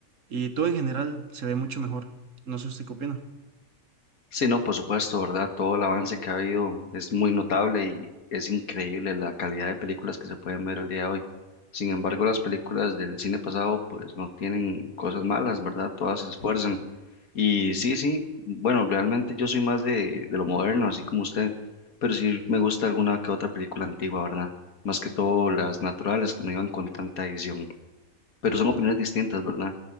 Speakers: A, on the right; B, on the left.
A: y todo en general se ve mucho mejor. No sé usted qué opina.
B: Sí, no, por supuesto, ¿verdad? Todo el avance que ha habido es muy notable y es increíble la calidad de películas que se pueden ver al día de hoy. Sin embargo, las películas del cine pasado pues no tienen cosas malas, ¿verdad? Todas se esfuerzan. Y sí, sí, bueno, realmente yo soy más de, de lo moderno, así como usted, pero sí me gusta alguna que otra película antigua, ¿verdad? Más que todo las naturales que no iban con tanta edición. Pero son opiniones distintas, ¿verdad?